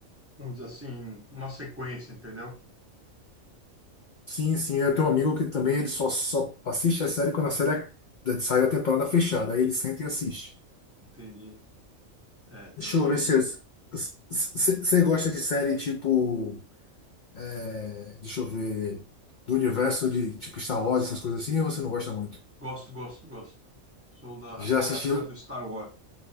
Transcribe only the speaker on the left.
Sim, sim, eu tenho um amigo que também ele só, só assiste a série quando a série é- saiu a temporada fechada. Aí ele senta e assiste.
Deixa
eu ver se você gosta de série tipo. é, deixa eu ver. Do universo de tipo Star Wars, essas coisas assim, ou você não gosta muito?
Já assistiu?